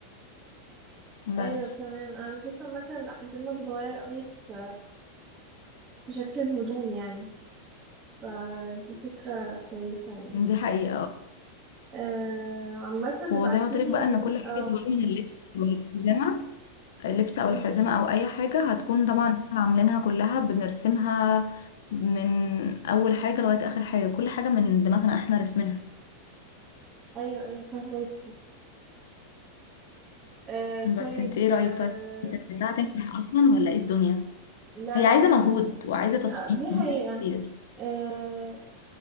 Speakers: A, on the right; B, on the left.
A: ايوه
B: بس
A: تمام انا بحس عامة الأحزمة بتتغير قوي في... في شكل الهدوم يعني فدي فكرة كويسة يعني
B: دي حقيقة
A: آه عامة
B: وزي
A: ابعتيلي
B: ما قلت لك بقى ان كل حاجة
A: اه
B: بتيجي من اللبس والحزامة اللبس او
A: مم.
B: الحزمه او اي حاجه هتكون مم. طبعا إحنا عاملينها كلها بنرسمها من اول حاجه لغايه اخر حاجه كل حاجه من دماغنا احنا رسمينها
A: ايوه ايوه فهماكي آه طيب
B: بس انت ايه
A: آه
B: رايك طيب انت شايفاها هتنجح اصلا ولا ايه الدنيا
A: لا
B: هي
A: لا
B: عايزه
A: انا حاسة
B: مجهود وعايزه تصميم
A: آه دي حقيقة
B: كتير
A: آه